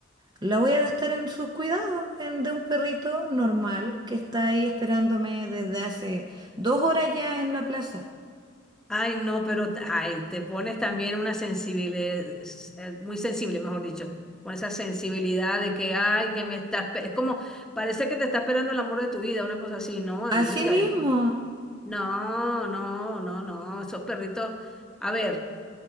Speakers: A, on the right; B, in the centre.
A: la voy a gastar en sus cuidados, en de un perrito normal que está ahí esperándome desde hace dos horas ya en la plaza.
B: Ay, no, pero, t- ay, te pones también una sensibilidad, muy sensible, mejor dicho, con esa sensibilidad de que, ay, que me estás, pe- es como, parece que te está esperando el amor de tu vida, una cosa así. No,
A: Así
B: amiga,
A: mismo.
B: eh, no, no, no, no, esos perritos. A ver.